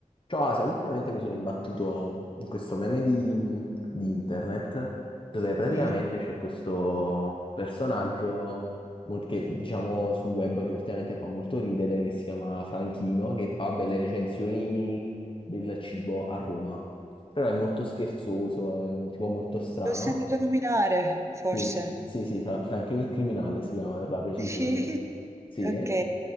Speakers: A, on the left; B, on the right.
A: Ciao Asia, ultimamente mi sono imbattuto in questo meme di, di internet dove praticamente
B: Mhm.
A: c'è questo personaggio mol- che diciamo sul web che ultimamente fa molto ridere, che si chiama Franchino, che fa belle recensioni del cibo a Roma. Però è molto scherzoso, è un tipo molto strano
B: L'ho sentito nominare, forse.
A: sì, sì, sì, Fra- Franchino il criminale si chiama per la precisione.
B: Sì.
A: Sì,
B: Ok.
A: eh?